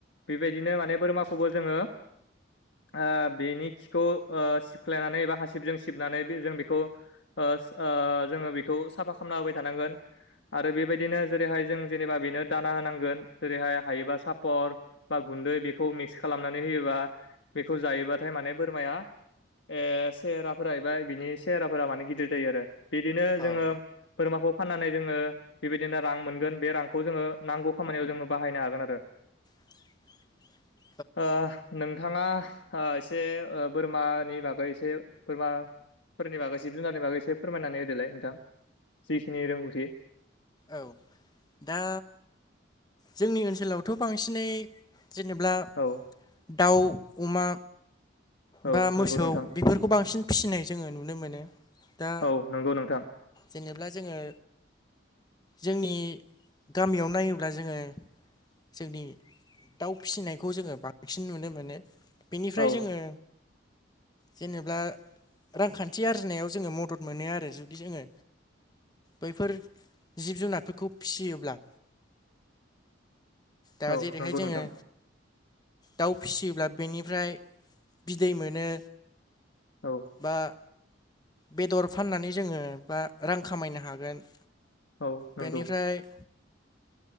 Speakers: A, on the left; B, on the left.
A: बेबायदिनो माने बोरमाखौबो जोङो ओ बेनि खिखौ ओ सिबख्लायनानै एबा हासिबजों सिबनानै जों बेखौ ओ ओ जोङो बेखौ साफा खालामना होबाय थानांगोन आरो बेबायदिनो जेरैहाय जों जेनेबा बेनो दाना होनांगोन जेरैहाय हायोबा सापर बा गुन्दै बेखौ मिक्स खालामनानै होयोबा बेखौ जायोबाथाय माने बोरमाया ए सेहेराफोरा एबा बिनि सेहेराफोरा माने गिदिर जायो आरो बिदिनो
B: औ
A: जोङो बोरमाखौ फाननानै जोङो बेबायदिनो रां मोनगोन बे रांखौ जोङो नांगौ खामानियाव जोङो बाहायनो हागोन आरो
B: <inaudible>
A: ओ नोंथाङा ओ एसे बोरमानि बागै एसे बोरमा फोरनि बागै जिब जुनारनि बागै एसे फोरमायनानै होदोलाय नोंथां जिखिनि रोंगौथि
B: औ दा जोंनि ओनसोलावथ बांसिनै जेनब्ला
A: औ
B: दाउ अमा
A: औ
B: बा मोसौ
A: नंगौ नोंथां
B: बेफोरखौ बांसिन फिसिनाय जोङो नुनो मोनो दा
A: औ नंगौ नोंथां
B: जेनेब्ला जोङो जोंनि गामियाव नायोब्ला जोङो जोंनि दाउ फिसिनायखौ जोङो बांसिन नुनो मोनो बेनिफ्राय
A: औ
B: जोङो जेनेबा रांखान्थि आरजिनायाव जोङो मदद मोनो आरो जुदि जोङो बैफोर जिब जुनारफोरखौ फिसियोब्ला दा
A: औ
B: जेरैहाय
A: नंगौ
B: जोङो
A: नोंथां
B: दाउ फिसियोब्ला बेनिफ्राय बिदै मोनो
A: औ
B: बा बेदर फाननानै जोङो बा रां खामायनो हागोन
A: औ नंगौ
B: बेनिफ्राय